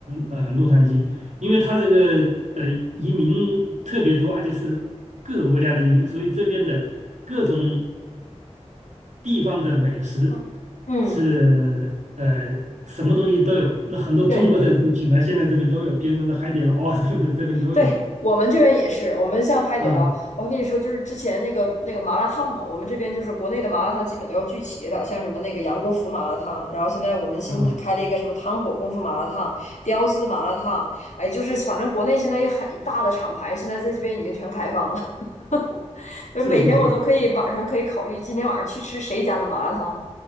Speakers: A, on the right; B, on the left.
A: 呃洛杉矶，因为它这个呃移民特别多，而且是各个国家的移民，所以这边的各种。地方的美食
B: 嗯嗯
A: 是呃什么东西都有，那很多中国的这个品牌现在这边都有，
B: 对
A: 比如说海底捞啊什么的，这边都有了。
B: 对，我们这边也是，我们像海底捞，
A: 啊
B: 我还跟你说，就是之前那个那个麻辣烫嘛，我们这边就是国内的麻辣烫基本都要聚齐了，像什么那个杨国福麻辣烫，然后现在我们新开了一个什么汤火功夫麻辣烫、
A: 啊，
B: 雕四麻辣烫，哎，就是反正国内现在一很一大的厂牌，现在在这边已经全开放了，<laughs> 所以每天我都可以晚上可以考虑今天晚上去吃谁家的麻辣烫，
A: 是是是，